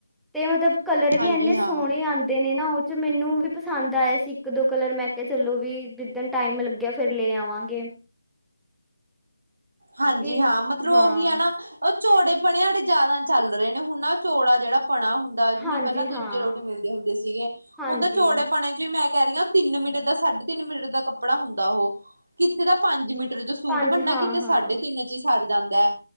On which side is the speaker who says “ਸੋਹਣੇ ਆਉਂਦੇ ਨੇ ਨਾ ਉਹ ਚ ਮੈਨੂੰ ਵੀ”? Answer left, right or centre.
Centre